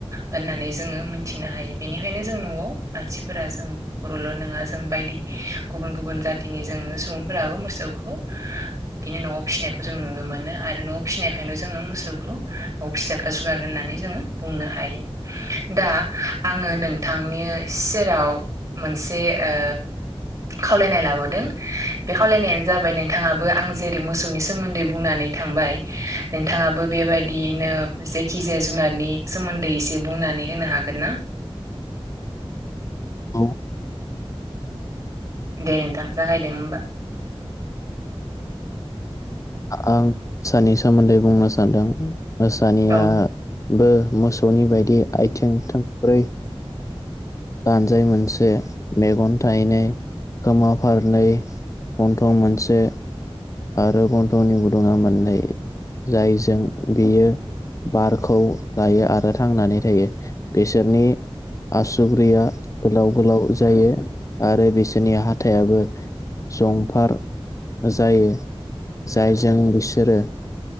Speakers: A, on the right (about 40°); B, on the left (about 30°).
A: होननानै जोङो मोनथिनो हायो बेनिखायनो जों न'आव मानसिफोरा जों बर'ल' नङा जों बायदि गुबुन गुबुन जातिनि जोङो सुबुंफोराबो मोसौखौ बिदिनो न'आव फिसिनायखौ जों नुनो मोनो आरो न'आव फिसिनायखायनो जोङो मोसौखौ न'आव फिजाग्रा जुगार होननानै जोङो बुंनो हायो दा आङो नोंथांनि सेराव मोनसे ओ खावलायनाय लाबोदों बे खावलायनायानो जाबाय नोंथाङाबो आं जेरै मोसौनि सोमोन्दै बुंनानै थांबाय नोंथाङाबो बेबायदियैनो जेखि जाया जुनारनि सोमोन्दै एसे बुंनानै होनो हागोन ना
B: औ
A: दे नोंथां जागायदो होमबा
B: आं मोसानि सोमोन्दै बुंनो सानदों मोसानिया
A: औ
B: बो मोसौनि बायदि आथिं थोंब्रै लानजाय मोनसे मेगन थाइनै खोमा फारनै गन्थं मोनसे आरो गन्थंनि गुदुङा मोननै जायजों बेयो बारखौ लायो आरो थांनानै थायो बिसोरनि आसुगुरैया गोलाव गोलाव जायो आरो बिसोरनि हाथायाबो जंफार जायो जायजों बिसोरो